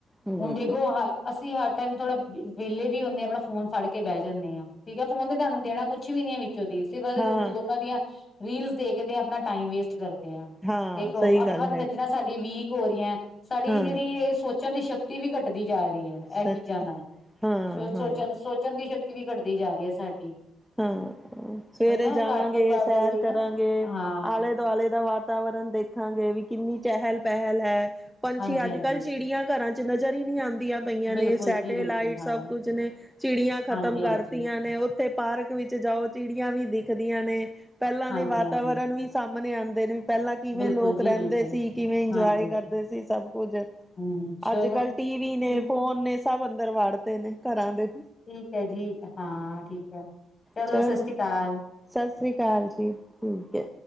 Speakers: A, in the centre; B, on the left (about 35°).
A: ਹਮ
B: ਹੁਣ ਦੇਖੋ ਹ ਅਸੀਂ ਹਰ ਟਾਈਮ ਥੋੜਾ ਵੇਲੇ ਵੀ ਹੁੰਨੇ ਆ ਆਪਣਾ ਫੋਨ ਫੜ। ਕੇ ਬਹਿ ਜਾਂਨੇ ਆ ਠੀਕ ਆ ਫੋਨ ਨੇ ਸਾਨੂੰ ਦੇਣਾ ਕੁੱਛ ਵੀ ਨੀ ਐ ਵਿੱਚੋ ਦੀ ਸਿਵਾਏ
A: ਹਾਂ
B: ਲੋਕਾਂ ਦੀਆਂ। ਰੀਲਸ ਦੇਖਦੇ ਆਂ। ਆਪਣਾ ਟਾਈਮ ਵੇਸਟ ਕਰਦੇ ਆਂ।
A: ਹਾਂ
B: ਦੇਖੋ
A: ਸਹੀ
B: ਅੱਖਾਂ
A: ਗੱਲ
B: ਨਜਰਾਂ
A: ਹੈ
B: ਸ। ਸਾਡੀ ਵੀਕ ਹੋ ਰੀ ਐ। ਸਾਡੀ
A: ਹਾਂ
B: ਜੇਹੜੀ ਏਹ ਸੋਚਣ ਦੀ ਸ਼ਕਤ। ਤੀ ਵੀ ਘੱਟਦੀ ਜਾ ਰੀ ਹੈ ਏਹ
A: ਸੱਚ
B: ਚੀਜ਼ਾਂ ਨਾਲ।
A: ਹਾਂ
B: ਸੋਚੋਂ
A: ਹਾਂ
B: ਚਲ ਸੋਚ। ਸੋਚਣ ਦੀ ਸ਼ਕਤੀ ਵੀ ਘੱਟਦੀ ਜਾ ਰੀ ਹੈ ਸਾਡੀ।
A: ਹਾਂ ਸਵੇਰੇ
B: ਉਹੀ ਨਾ
A: ਜਾਵਾਂਗੇ,
B: ਘੱਟ ਤੋਂ ਘੱਟ
A: ਸੈਰ
B: ਉਹੀ
A: ਕਰਾਂਗੇ
B: ਨਾ ਹਾਂ
A: ਆਲੇ। ਦੁਆਲੇ ਦਾ ਵਾਤਾਵਰਨ ਦੇਖਾਂਗੇ ਵੀ ਕਿੰਨੀ ਚਹਿਲ- ਪਹਿਲ ਹੈ। ਪੰਛੀ
B: ਹਾਂਜੀ
A: ਅੱਜ-
B: ਹਾਂਜੀ
A: ਕੱਲ ਚਿੜੀਆਂ ਘਰਾਂ ਚ ਨਜ਼ਰ ਈ ਨੀ ਆਂਦੀਆਂ। ਪਈਆਂ
B: ਬਿਲਕੁਲ
A: ਨੇ ਸੈਟੇਲਾਈਟ
B: ਜੀ ਬਿਲਕੁਲ ਹਾਂ
A: ਸਭ ਕੁਝ ਨੇ ਚਿੜੀਆਂ ਖਤਮ
B: ਹਾਂਜੀ ਹਾਂਜੀ
A: ਕਰਤੀਆਂ ਨੇ ਓ। ਪਾਰਕ ਵਿੱਚ ਜਾਓ, ਚਿੜੀਆਂ ਵੀ ਦਿਖਦੀਆਂ ਨੇ, ਪਹਿਲਾਂ
B: ਹਾਂਜੀ
A: ਦੇ ਵਾਤਾਵਰਨ
B: ਹਾਂਜੀ
A: ਵੀ ਸਾਹਮਣੇ ਆਂਦੇ ਨੇ। ਪਹਿਲਾਂ ਕਿਵੇਂ
B: ਬਿਲਕੁਲ
A: ਲੋਕ
B: ਜੀ
A: ਰਹਿੰਦੇ
B: ਬਿਲਕੁਲ
A: ਸੀ, ਕਿਵੇਂ ਇੰਨਜੋਏ
B: ਹਾਂਜੀ
A: ਕਰਦੇ ਸੀ, ਸਭ ਕੁਝ।
B: ਹੂੰ ਚਲੋ
A: ਅੱਜ-ਕੱਲ ਟੀਵੀ ਨੇ,
B: ਠੀਕ
A: ਫੋਨ ਨੇ, ਸਭ ਅੰਦਰ ਵਾੜਤੇ ਨੇ, ਘਰਾਂ ਦੇ।
B: ਠੀਕ ਐ ਜੀ, ਹਾਂ ਠੀਕ ਐ, ਚਲੋ
A: ਚੱਲ
B: ਸਸਰੀ ਅਕਾਲ।
A: ਸਤਿ ਸ੍ਰੀ ਅਕਾਲ ਜੀ, ਠੀਕ ਐ।